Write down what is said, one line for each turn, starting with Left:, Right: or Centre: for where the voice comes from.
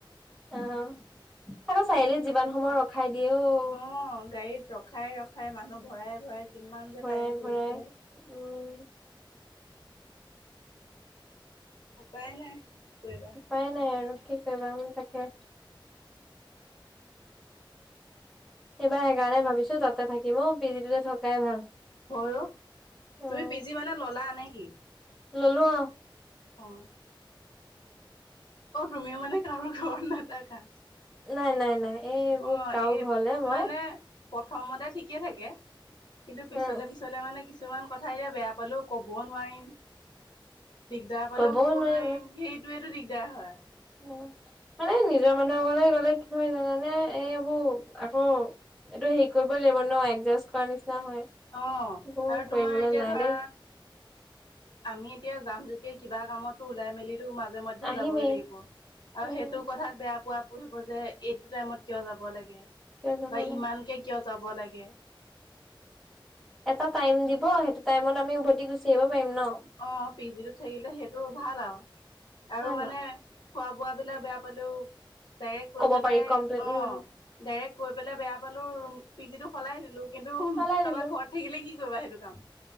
Centre: অ', আকৌ চাৰিআলিত যিমান সময় ৰখাই দিয়ে অ'।
Left: অ', গাড়ীত ৰখাই ৰখাই মানুহ ভৰাই ভৰাই কিমান যে
Centre: ভৰাই
Left: টাইম
Centre: ভৰাই
Left: কৰিছে।
Centre: উম
Left: উপায় নাই। কি কৰিবা।
Centre: উপাই নাই আৰু কি কৰিবা, উম, তাকে। এইবাৰ সেইকাৰণে ভাবিছো তাতে থাকিম ঔ, পিজিটোতে থকাই ভাল।
Left: হয় অ',
Centre: উম
Left: তুমি পি জি মানে ল'লা নে কি?
Centre: ল'লো। অ'
Left: অ'। অ', তুমিও মানে কাৰো ঘৰত নাথাকা?
Centre: নাই নাই এই এইবোৰ
Left: অ
Centre: কাও
Left: এই
Centre: ঘৰলে মই
Left: মানে প্ৰথমতে ঠিকে থাকে, কিন্তু পিছলে
Centre: উম
Left: পিছলে মানে কিছু কিছুমান কথা এতিয়া বেয়া পালেও ক'ব নোৱাৰিম। দিগদাৰ পালেও
Centre: কবও
Left: ক'ব
Centre: নোৱাৰি
Left: নোৱাৰিম, সেইটোয়েতো দিগদাৰ হয়।
Centre: উ, মানে নিজৰ মানুহৰ ঘৰলৈ গ'লে কি হয় জানানে এই আবোৰ আকৌ এইটো হেৰি কৰিবই লাগিব ন' এডজাষ্ট কৰা নিচিনা হয়,
Left: অ
Centre: এইবোৰ
Left: আৰু তোমাৰ
Centre: কৰিবলৈ
Left: এতিয়া
Centre: নাই
Left: ধৰা
Centre: দেই।
Left: আমি এতিয়া যাম যেতিয়া কিবা কামতটো ওলাই মেলিটো মাজে মধ্যে
Centre: আহিমেই
Left: যাবই লাগিব। আৰু
Centre: উম
Left: সেইটো কথাত বেয়া পোৱা পুই হ'ব যে, এইটো টাইমত কিয় যাব লাগে
Centre: কিয় যাব
Left: বা
Centre: লাগে
Left: ইমানকে কিয় যাব লাগে।
Centre: এটা টাইম দিব সেইটো টাইমত আমি উভতি গুচি আহিব পাৰিম ন'।
Left: অ', পি জিটোত থাকিলে সেইটো ভাল আৰু, আৰু
Centre: হয়
Left: মানে
Centre: ন
Left: খোৱা বোৱাবিলাক বেয়া পালেও ডাইৰেক্ট কৈ
Centre: ক'ব
Left: পেলাই
Centre: পাৰি কমপ্লেইন
Left: অ'।
Centre: উম
Left: ডাইৰেক্ট কৈ পেলাই বেয়া পালেওঁ পিজিটো সলাই দিলো, কিন্তু
Centre: সলাই
Left: কাৰোবাৰ
Centre: দিলো
Left: ঘৰত থাকিলে কি কৰিবা সেইটো কাম।